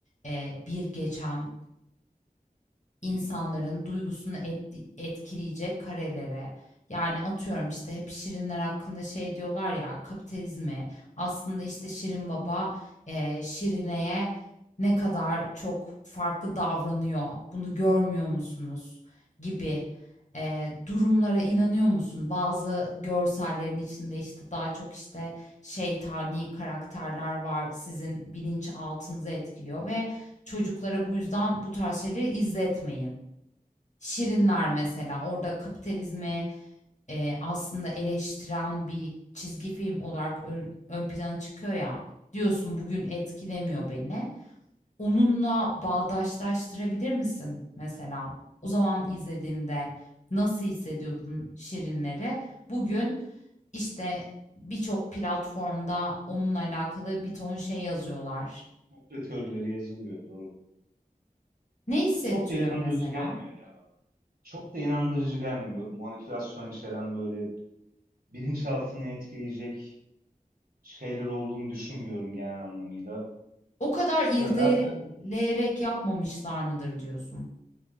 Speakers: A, on the left; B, on the right.
A: eee, bir geçen insanların
B: Hmm.
A: duygusunu etki etkileyecek karelere, yani atıyorum işte hep şirinler hakkında şey diyorlar ya kapitalizmi aslında işte Şirin Baba eee, Şirine'ye ne kadar çok farklı davranıyor bunu görmüyor musunuz gibi eee, durumlara inanıyor musun? Bazı görsellerin içinde işte daha çok işte şeytani karakterler var sizin bilinç altınızı etkiliyor
B: hmm.
A: ve Çocuklara bu yüzden bu tarz şeyleri izletmeyin. Şirinler mesela orada kapitalizmi, eee, aslında eleştiren bir çizgi film olarak ön ön plana çıkıyor ya. Diyorsun bugün etkilemiyor beni. Onunla bağdaşlaştırabilir misin mesela? O zaman izlediğinde nasıl hissediyordun Şirinleri? Bugün, işte, birçok platformda onunla alakalı bir ton şey yazıyorlar.
B: Komplo teorileri yazılıyor. Doğru.
A: Ne hissettiriyor
B: Çok da inandırıcı
A: mesela?
B: gelmiyor ya bana. Çok da inandırıcı gelmiyor. Manipülasyon içeren böyle bilinçaltını etkileyecek şeyler olduğunu düşünmüyorum genel anlamıyla.
A: O kadar irdeleyerek
B: Ya zaten
A: yapmamışlar mıdır diyorsun?